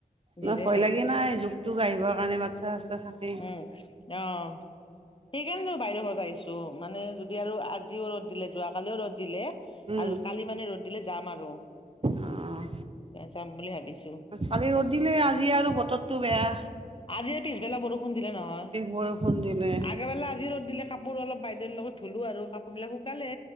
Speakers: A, on the left (about 35°); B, on the right (about 40°).
A: দূৰে
B: না ভয়
A: হয়
B: লাগে
A: এইবিলাক
B: না, জোক টোক আহিবৰ কাৰণে, বাচ্ছা চাচ্ছা থাকেই।
A: উম, অ', সেইকাৰণে বাইদেউৰ ঘৰত আহিছোঁ মানে যদি আৰু আজিও ৰ'দ দিলে, যোৱা কালিও ৰ'দ দিলে
B: উম,
A: আৰু কা কালি মানে ৰ'দ দিলে যাম আৰু
B: অ',
A: যাম বুলি ভাবিছোঁ।
B: কালি ৰ'দ দিলে আজি আৰু বতৰটো বেয়া।
A: আজিও পিছবেলা বৰষুণ দিলে নহয়,
B: বৰষুণ দিলে
A: আগাবেলা আজিৰ ৰ'দ দিলে কাপ কাপোৰ অলপ বাইদেউৰ লগত ধুলোঁ আৰু কাপোৰ বিলাক শুকালে